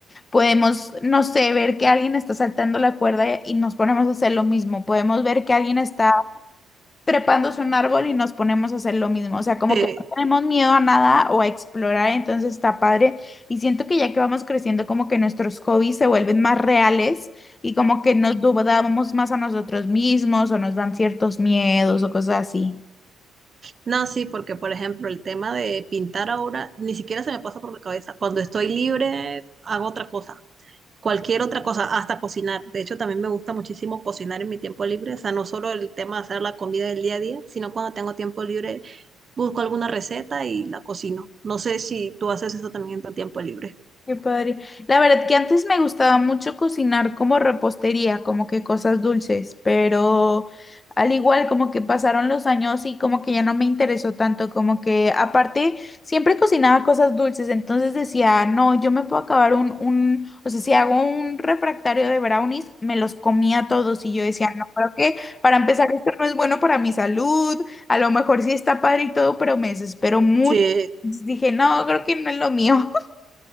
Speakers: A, on the left (about 25°); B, on the right (about 40°).
A: podemos, no sé, ver que alguien está saltando la cuerda y nos ponemos a hacer lo mismo. Podemos ver que alguien está trepándose un árbol y nos ponemos a hacer lo mismo. O sea, como
B: sí.
A: que no tenemos miedo a nada o a explorar, entonces está padre. Y siento que ya que vamos creciendo, como que nuestros hobbies se vuelven más reales y como que nos dudamos más a nosotros mismos o nos dan ciertos miedos o cosas así.
B: No, sí, porque por ejemplo el tema de pintar ahora ni siquiera se me pasa por la cabeza. Cuando estoy libre hago otra cosa. cualquier otra cosa, hasta cocinar. De hecho, también me gusta muchísimo cocinar en mi tiempo libre, o sea, no solo el tema de hacer la comida del día a día, sino cuando tengo tiempo libre, busco alguna receta y la cocino. No sé si tú haces eso también en tu tiempo libre.
A: Qué padre. La verdad que antes me gustaba mucho cocinar como repostería, como que cosas dulces, pero al igual como que pasaron los años y como que ya no me interesó tanto, como que aparte siempre cocinaba cosas dulces, entonces decía, no, yo me puedo acabar un, un, o sea, si hago un refractario de brownies, me los comía todos y yo decía, no, creo que para empezar esto no es bueno para mi salud, a lo mejor sí está padre y todo, pero me desespero mucho.
B: Sí,
A: Entonces dije, no, creo que no es lo mío. <laughs>